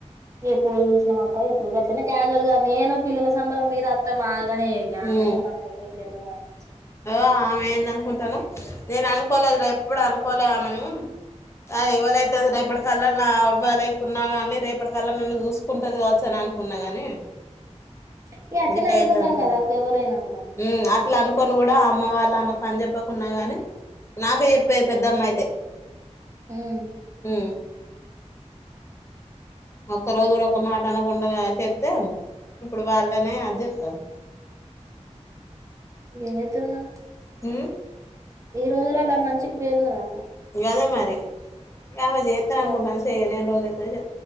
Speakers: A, on the right; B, on the left.
A: ఎప్పుడు చూసినా అక్క ఎప్పుడు గట్ట క్యాజువల్ గా నేను పిల్లల సంబరం మీద అస్త మాగా
B: ఉమ్
A: మనం ఎప్పుడు క్లియర్గాలదు
B: ఓ ఆమె ఏందనుకుంటానా నేను అనుకోలేదు రా ఎప్పుడూ అనుకోలే <inaudible> ఎవ్వలైతే రేపటికల్లా నా అవ్వాలేకున్నా గాని రేపటికల్లా ఉన్ను చూసుకుంటాది కావచ్చు అని అనుకున్నా గాని
A: ఇగ అట్లనే
B: గిట్ల
A: అనుకుంటాం
B: చేత్తది అనుకోలే
A: కదా ఒక్క <inaudible> కూడా
B: ఉమ్ అట్లా అనుకోని కూడా అమ్మ వాళ్ళు ఆమెకు పని చెప్పకున్నా కాని నాకే చెప్పేది పెద్దమ్మ అయితే
A: ఉమ్
B: ఊ ఒక్క రోజు కూడా ఒక్క మాట అనగున్ <unintelligible> ఇప్పుడు వాళ్ళనే అది చేత్తారు
A: ఏదైతేనా
B: ఊ
A: ఈ రోజులల్లా మంచికి పేరున్నదాక్కా
B: గదే మరి ఇంగామె చేత్తా
A: మంచిగా
B: అనుకుంటాం
A: అరుస్తాం
B: చేయలే <inaudible> తేదే